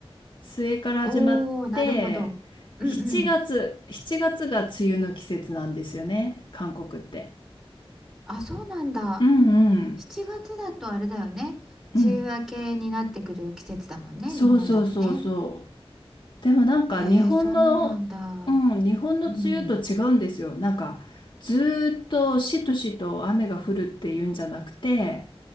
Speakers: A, on the left (about 50°); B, in the centre.
A: 末から始まって、
B: おーなるほどうんうん
A: 7月、7月がつが梅雨の季節なんですよね、韓国って。
B: あそうなんだもう7月だとあれだよね梅雨明けになってくる季節だもんね日本だとね
A: うんうん。うん。そうそうそうそう。でもなんか日本の、
B: えー、そうなんだ
A: うん、日本の梅雨と違うんですよ。
B: うん
A: なんかずーっとしとしと雨が降るっていうんじゃなくて、